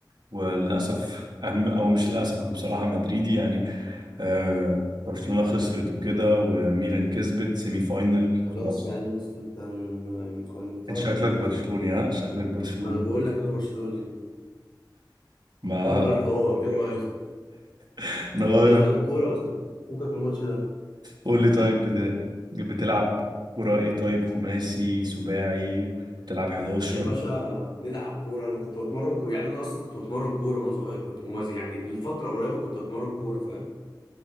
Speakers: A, on the right (about 65°); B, on the left (about 70°).
A: وللاسف أهم- او مش للاسف انا بصراحه مدريدي يعني آه، برشلونه خسرت وكده وميلان كسبت سيمي فاينل
B: خلاص
A: خلاص
B: يعني يا اسطى انت من- من- فاهم
A: انت شكلك
B: ان
A: برشلوني
B: اخر
A: ها شكلك برشلوني
B: ما انا بقول لك انا برشلوني يعني
A: ما
B: ممكن نغير الحوار ايه رايك
A: <laughs> نغير
B: نتكلم عن الكوره بس فكك من الماتش ده
A: قول لي طيب بت- بتلعب كرة ايه طيب خماسي سباعي بتلعب 11
B: يا باشا نلعب كوره انا كنت بتمرن كوره يعني انا اصلا كنت بتمرن كوره وانا صغير كنت ومز... يعني الفتره قريبه كنت بتمرن كوره فاهم